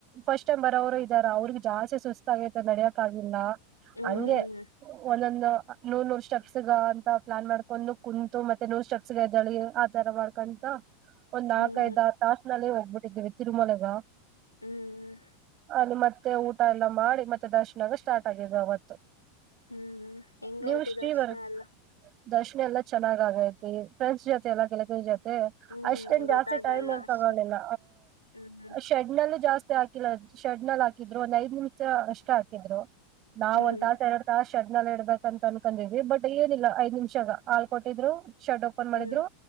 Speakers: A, on the right; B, on the left.
A: ಫಸ್ಟ್ ಟೈಮ್ ಬರುವವರು. ಇದ ಅವ್ರಿಗೆ ಜಾಸ್ತಿ ಸುಸ್ತ ಆಾಗೈತೆ ನಡಿಯೋಕ್ಕ ಆಾಗಿಲ್ಲ
B: ಹ್ಮ್
A: ಹಂಗೆ ಒಂದೊಂದು ನೂ ನೂರ್ ಸ್ಟೆಪ್ಸ್ಗ ಅಂತ ಪ್ಲಾನ್ ಮಾಡ್ಕೊಂಡು ಕುಂತು ಮತ್ತೆ ನೂರ್ ಸ್ಟೆಪ್ಸ್ ಎ್ದಳಿ ಆತರ ಮಾಡ್ಕೊಂತ. ಒಂದ್
B: ಹ್ಮ್
A: ಆಕೈಐದ ತಾಸನಲ್ಲೇ ಹೋಗ್ಬಿಟ್ಟಿದ್ದೀವಿ ತಿರುಮಲಗ
B: ಹ್ಮ್
A: ಅಲ್ಲಿ ಮತ್ತೆ ಊಟ ಎಲ್ಲ ಮಾಡಿ ಮತ್ತೆ ದರ್ಶನ ಸ್ಟಾರ್ಟ್ ಆಗಿದ್ ಅವತ್ತು
B: ಹ್ಮ್ ಹೆಂಗಾಯ್ತು
A: ನೀವು ಶ್ರೀವರ್
B: ದರ್ಶನ ಎಲ್ಲಾ.
A: ದರ್ಶನ ಎಲ್ಲ ಚನ್ನಾಗ ಆಗೈಐತಿ ಫ್ರೆಂಡ್ಸ್ ಜೊತೆ ಎಲ್ಲ ಗೆಳತ ಜೊತೆತಿ
B: ಹ್ಮ್
A: ಅಷ್ಟನ್ ಜಾಸ್ತಿ
B: ಗೊತ್ತಾಗಲ್ಲ
A: ಟೈಮ್ ತಗೋಿಲ್ಲ
B: ಅಷ್ಟು ಹ್ಮ್
A: ಶೆಡ್ ನಲ್ಲ ಜಾಸ್ತಿ ಹಾಕಿಲ್ಲ ಶಡ್ ನಲ್ ಹಾಕಿದ್ರು ನೈದ ನಿಮಿಷ ಅಷ್ಟ ಹಾಕಿದ್ರು ನಾವ್
B: ಹ್ಮ್
A: ಒಂದ್ ತಾಸ ಎರಡು ತಾಸ ಚಡ್ ನಲ್ ಇಡ್ಬೇಕ ಅಂತ ಅನ್ಕೊಂಡಿದ್ವಿ ಬಟ್ ಏನಿಲ್ಲ ಐದು ನಿಮಿಷಗ ಹಾಲ್ ಕೊಟ್ಟಿದ್ರು ಶಡ್ ಓಪನ್ ಮಾಡಿದ್ರು
B: ಹ್ಮ್